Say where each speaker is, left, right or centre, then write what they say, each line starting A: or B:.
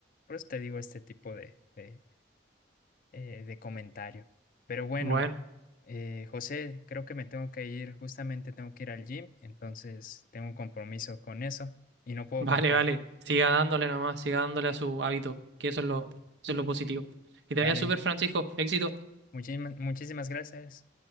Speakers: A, on the left; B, on the right.
A: por eso te digo este tipo de, de, eh, de comentario. Pero bueno,
B: Bueno,
A: eh, José, creo que me tengo que ir, justamente tengo que ir al gym, entonces tengo un compromiso con eso y no puedo
B: vale,
A: faltar.
B: vale. Siga dándole nomás, siga dándole a su hábito, que eso es lo, eso es lo positivo. Que te
A: Vale,
B: vaya súper, Francisco. Éxito.
A: muchísimas, muchísimas gracias.